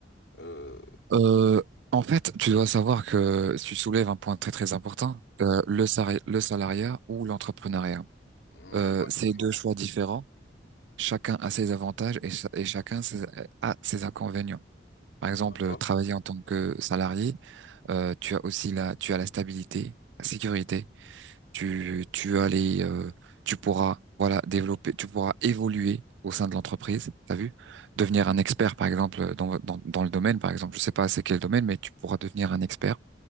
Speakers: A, on the left; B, on the right.
A: Euh,
B: Euh, en fait, tu dois savoir que tu soulèves un point très très important, euh, le salari- le salariat ou l'entrepreneuriat.
A: hum,
B: Euh,
A: ouais,
B: c'est
A: plus
B: deux
A: ou moins.
B: choix différents. Chacun a ses avantages et, cha- et chacun ses- a ses inconvénients. Par exemple,
A: D'accord.
B: euh, travailler en tant que salarié, euh, tu as aussi la, tu as la stabilité, la sécurité, tu, tu as les, euh, tu pourras, voilà, développer, tu pourras évoluer au sein de l'entreprise, t'as vu? Devenir un expert, par exemple, dans, dans, dans le domaine, par exemple, je sais pas c'est quel domaine, mais tu pourras devenir un expert,